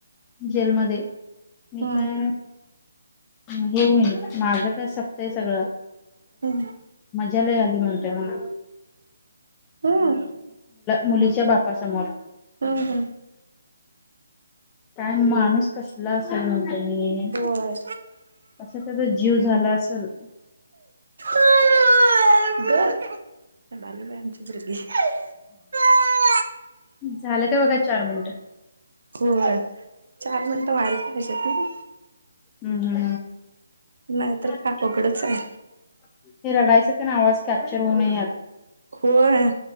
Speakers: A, on the left (about 20°); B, on the right (about 65°).
A: जेलमध्येध्ये
B: हम्म
A: मी काय हेऊन माझं काय सपत आहे सगळं
B: हम्म
A: याला आली म्हणते म्हणा,
B: हम्म
A: मुलीच्या बाप समोर,
B: हम हम,
A: काय माणूस कसला असेल म्हणतो मी.
B: होय
A: असा त्याचा जीव झाला असेल,
B: <unintelligible>
A: झालं का बघा चार मिनटं.
B: बर चार मिनटं व्हायला पाहिजेत ना?
A: हम् हम्
B: नाहीतर
A: <unintelligible>
B: काय अवघडच आहे
A: आवाज कॅप्चर होऊनये हयात,
B: होय